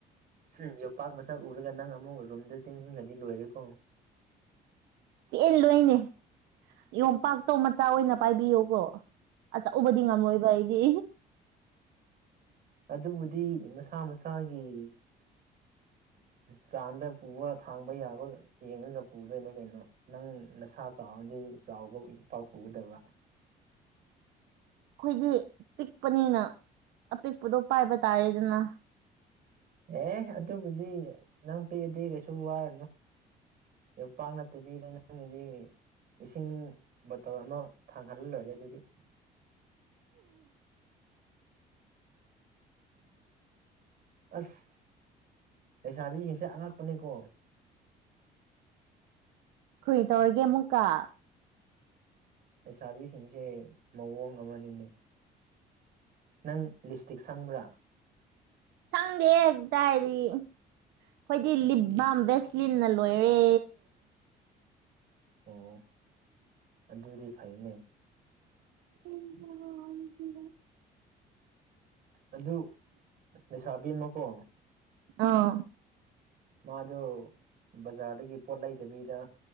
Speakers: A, on the right; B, on the right.
A: ꯎꯝ ꯌꯣꯄꯥꯛ ꯃꯁꯛ ꯎꯔꯒ ꯅꯪ ꯑꯃꯨꯛ ꯔꯨꯝꯗ ꯆꯦꯟꯁꯤꯟꯒ꯭ꯔꯗꯤ ꯂꯣꯏꯔꯦꯀꯣ
B: ꯆꯦꯟꯂꯣꯏꯅꯦ ꯌꯣꯠꯄꯥꯛꯇꯣ ꯃꯆꯥ ꯑꯣꯏꯅ ꯄꯥꯏꯕꯤꯌꯨꯀꯣ ꯑꯆꯧꯕꯗꯤ ꯉꯝꯔꯣꯏꯕ ꯑꯩꯗꯤ
A: ꯑꯗꯨꯕꯨꯗꯤ ꯃꯁꯥ ꯃꯁꯥꯒꯤ ꯆꯥꯟꯗ ꯄꯨꯕ ꯊꯥꯡꯕ ꯌꯥꯕ ꯌꯦꯡꯉꯒ ꯄꯨꯗꯣꯏꯅꯦ ꯀꯩꯅꯣ ꯅꯪ ꯅꯁꯥ ꯆꯥꯎꯔꯗꯤ ꯆꯥꯎꯕ ꯌꯣꯄꯥꯛ ꯄꯨꯒꯗꯕ
B: ꯑꯩꯈꯣꯏꯗꯤ ꯄꯤꯛꯄꯅꯤꯅ ꯑꯄꯤꯛꯄꯗꯣ ꯄꯥꯏꯕ ꯇꯥꯔꯦꯗꯅ
A: ꯑꯦ ꯑꯗꯨꯕꯨꯗꯤ ꯅꯪ ꯄꯤꯛꯑꯗꯤ ꯀꯩꯁꯨ ꯋꯥꯔꯨꯅꯨ ꯌꯣꯠꯄꯥꯛ ꯅꯠꯇꯕꯤꯗ ꯅꯪꯒꯤꯗꯤ ꯏꯁꯤꯡ ꯕꯣꯇꯜ ꯑꯃ ꯊꯥꯡꯍꯜꯂ ꯂꯣꯏꯔꯦ ꯑꯗꯨꯗꯤ ꯑꯁ ꯂꯩꯁꯥꯕꯤꯁꯤꯡꯁꯦ ꯑꯉꯛꯄꯅꯦꯀꯣ
B: ꯀ꯭ꯔꯤ ꯇꯧꯔꯒꯦ ꯑꯃꯨꯛꯀ
A: ꯂꯩꯁꯥꯕꯤꯁꯤꯡꯁꯦ ꯃꯑꯣꯡ ꯑꯃꯅꯤꯅꯦ ꯅꯪ ꯂꯤꯞ ꯏꯁꯇꯤꯛ ꯁꯪꯕ꯭ꯔꯥ
B: ꯁꯪꯗꯦꯍꯦ ꯀꯗꯥꯏꯗꯒꯤ ꯑꯩꯈꯣꯏꯗꯤ ꯂꯤꯞꯕꯥꯝ ꯕꯦꯁꯂꯤꯟꯅ ꯂꯣꯏꯔꯦ
A: ꯑꯣ ꯑꯗꯨꯗꯤ ꯐꯩꯅꯦ
B: <unintelligible>
A: ꯑꯗꯨ ꯂꯩꯩꯁꯥꯕꯤ ꯑꯃꯀꯣ
B: ꯑꯥ
A: ꯃꯥꯗꯨ ꯕꯖꯥꯔꯗꯒꯤ ꯄꯣꯠ ꯂꯩꯗꯕꯤꯗ